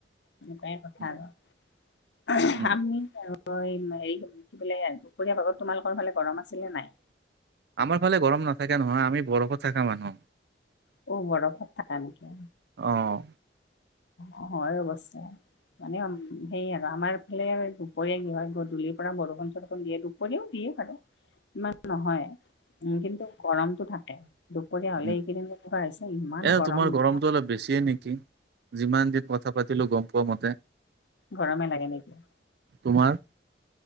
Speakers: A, on the left (about 80°); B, on the right (about 65°).
A: এনেকুৱাই কথা
B: উম,
A: আৰু
B: উম,
A: আমি আৰু। হেৰি কি বোলে দুপৰীয়া ভাগত তোমালোকৰ ফালে গৰম আছিলে নাই।
B: আমাৰ ফালে গৰম নাথাকে নহয় আমি বৰফত থকা মানুহ।
A: অ ' বৰফত থাকা নেকি?
B: অ'
A: অ' হয় অৱশ্যে। সেয়ে আৰু আমাৰ ফালে দুপৰীয়া কি হয়, গধূলিৰ পৰা বৰষুণ চৰষুণ দিয়ে দুপৰীয়াও দিয়ে বাৰু। ইমান নহয় উম, কিন্তু গৰমটো থাকে। দুপৰীয়া হলে
B: উম,
A: এইকেইদিন <unintelligible> ছে ইমান
B: এ
A: গৰম
B: তোমাৰ
A: দিনত।
B: গৰমটো অলপ বেছিয়ে নেকি যিমান দিন কথা পাতিলোঁ গম পোৱা মতে।
A: গৰমে লাগে নেকি?
B: তোমাৰ?